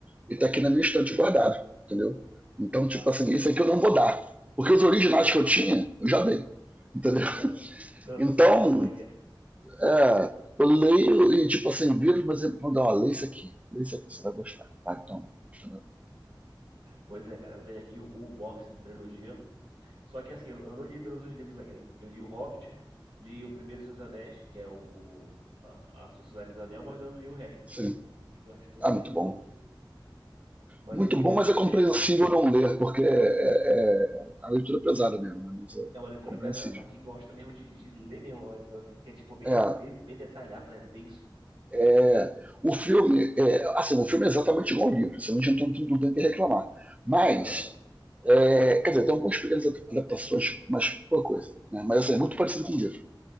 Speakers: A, on the right (about 15°); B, on the right (about 85°).
A: e
B: Aham.
A: tá aqui na minha estante guardado, entendeu? Então, tipo
B: Ah, sei.
A: assim, isso aqui eu não vou dar. Porque os originais que eu tinha, eu já dei. Entendeu?
B: Aham. Tô,
A: Então,
B: tô sabendo como é que é.
A: É, eu leio e, tipo assim, viro, mas ele manda, ó, lê isso aqui, lê isso aqui, você vai gostar. Vai, toma. Entendeu?
B: Pois é, cara, eu tenho aqui o, o box da trilogia. Só que assim, eu, eu não li todos os livros ainda. Eu li O Hobbit, li o Primeiro Senhor dos Anéis, que é o, o- a, a Sociedade do Anel, mas não li o resto.
A: Sim.
B: As Duas Torres,
A: Ah, muito
B: o...
A: bom.
B: o- Mas
A: Muito
B: assim,
A: bom,
B: os
A: mas
B: filmes...
A: é compreensível
B: Os...
A: não ler, porque é, é- é, a leitura é pesada mesmo, né? Mas é
B: É uma leitura
A: compreensível.
B: pesada, para quem gosta mesmo de, de ler mesmo, é uma leitura, assim, porque é tipo bem,
A: É,
B: bem, bem detalhado, né? Denso.
A: é, o filme, é, assim, o filme é exatamente igual ao livro, você não tem, não tem o que reclamar. Mas,
B: Aham,
A: é, quer dizer, tem algumas pequenas adaptações, mas pouca coisa, né? Mas, assim, é muito
B: aham.
A: parecido com o livro.